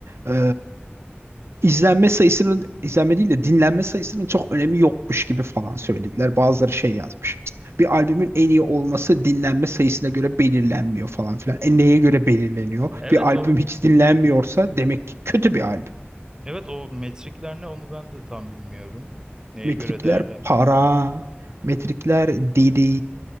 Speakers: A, on the right; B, on the right.
A: e, izlenme sayısının izlenme değil de dinlenme sayısının çok önemi yokmuş gibi falan söylediler. Bazıları şey yazmış. Bir albümün en iyi olması dinlenme sayısına göre belirlenmiyor falan filan. E neye göre belirleniyor?
B: Evet
A: Bir albüm
B: o
A: hiç dinlenmiyorsa demek ki kötü bir albüm.
B: evet o metrikler ne onu ben de tam bilmiyorum. Neye
A: Metrikler
B: göre değerli?
A: para, metrikler didi.